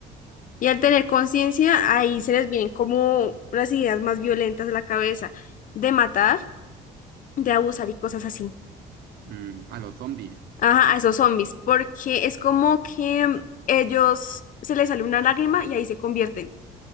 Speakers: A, on the left (about 50°); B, on the right (about 70°).
A: Y al tener conciencia, ahí se les vienen como las ideas más violentas a la cabeza de matar, de abusar y cosas así.
B: mm, a los zombies.
A: Ajá, a esos zombies, porque es como que ellos se les sale una lágrima y ahí se convierten.